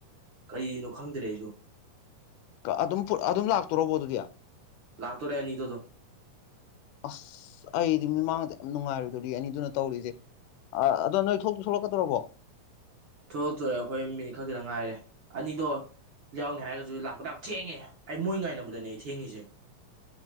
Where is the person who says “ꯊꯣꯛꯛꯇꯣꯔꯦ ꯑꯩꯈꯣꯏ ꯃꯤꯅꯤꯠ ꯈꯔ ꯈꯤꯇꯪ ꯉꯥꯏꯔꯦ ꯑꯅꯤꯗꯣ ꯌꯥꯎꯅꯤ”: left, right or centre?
Right